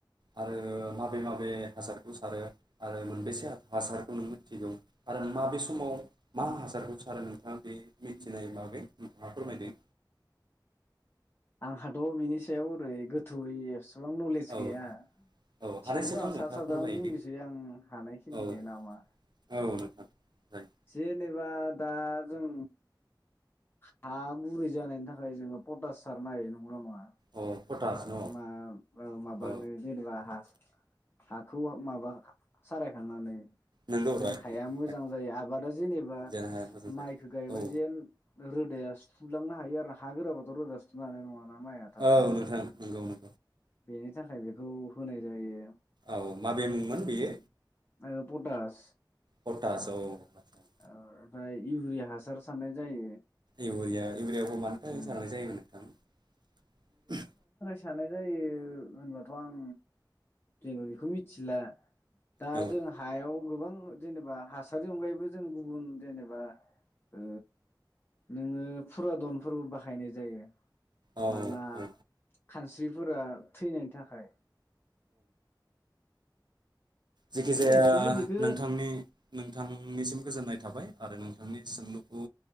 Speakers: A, on the right; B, on the left.
A: आरो माबे माबे हासारखौ सारो आरो मोनबेसे हासारखौ नों मिथिगौ आरो माबे समाव मा हासारखौ, सार नोंथाङा बे मिथिनाय बागै नोंथाङा फोरमायदों,
B: आंहाथ' बिनि सायाव ओरै गोथौयै एबसु, बेसेबां नलेज
A: औ
B: गैया
A: औ हानायसेबां
B: थेवबो आं
A: नोंथाङा
B: सा साज्रां
A: फोरमायदो
B: बुंनोसै आं हानायखिनिखौ
A: औ
B: नामा,
A: औ नोंथां राइट
B: जेनेबा दा जों हा गुरै जानायनि थाखाय जोङो पटास सारनानै होयो नंगौना नङा,
A: औ पटास न औ
B: मा माबानो
A: औ
B: जेनेबा हा हाखौ माबा, सारायखांनानै, जेन
A: नोंगौ राइट
B: हाया
A: नोंथां
B: मोजां
A: राइट
B: जायो आबादा जेनेबा
A: जोंना हाया मोजां जायो
B: माइखो गायबा
A: औ
B: जेन रो दैया सुलांनो हायो आरो हा गोराबाथ' रोजा सुनो हानाय नङाना, माइआ थाबनो
A: औ नोंथां नंगौ नों
B: बेनि थाखाय बेखौ होनाय जायो,
A: औ माबे मुंमोन बेयो
B: <unintelligible> पटास
A: पटास
B: ओ
A: औ आदसा
B: ओनफाय इउरिया हा हासार सान्नाय जायो,
A: इउरिया इउरियाखौ मानो थाखाय
B: उम
A: जानाय जायो नोंथां?
B: साननो जायो होनबाथ' आं जेबो बेखौ मिथिला, दा
A: नोंथां
B: जों हायाव, गोबां जेनेबा हासारनि अनगायैबो जों गुबुन जेनेबा ओ, नोङो फुरा दनफोरबो बाहायनाय जायो,
A: औ
B: माना
A: औ औ
B: खानसि जिफोरा थैनायनि थाखाय,
A: जेखिजाया
B: खिन्थु एक्सुेलि बेखौ
A: नोंथांनि नोंथां नोंनिसिम गोजोननाय थाबाय आरो नोंथांनि सोंलुखौ